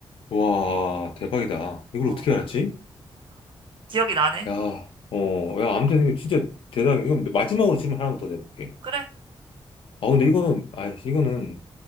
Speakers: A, on the left (about 70°); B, on the right (about 65°).
A: 와, 대박이다. 이걸
B: 어.
A: 어떻게 알았지?
B: 기억이 나네.
A: 야, 어, 야, 아무튼 이거 진짜 대단해. 이건 마지막으로 질문 하나 더 내볼게.
B: 그래?
A: 아, 근데 이거는, 아, 이거는